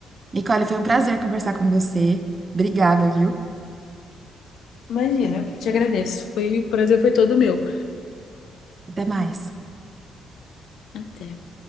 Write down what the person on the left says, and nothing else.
Imagina, eu te agradeço. Foi, o prazer foi todo meu.
Até.